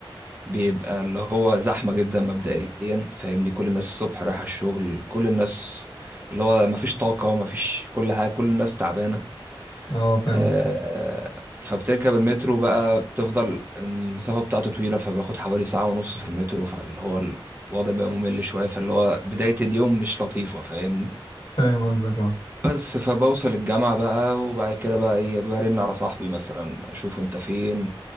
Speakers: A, on the right (about 20°); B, on the left (about 50°).
A: بيبقى اللي هو زحمة جدا مبدئيا فاهمني كل الناس الصبح رايحة الشغل كل الناس اللي هو مفيش طاقة مفيش كل حاجة كل الناس تعبانة
B: اه فاهم
A: آه،
B: قصدك
A: فبتركب المترو بقى بتفضل المسافة بتاعته طويلة فباخد حوالي ساعة ونص في المترو فاللي هو الوضع بقى ممل شوية فاللي هو بداية اليوم مش لطيفة فاهمني
B: فاهم قصدك اه
A: بس فبوصل الجامعة بقى وبعد كده بقى ايه برن على صاحبي مثلا اشوف انت فين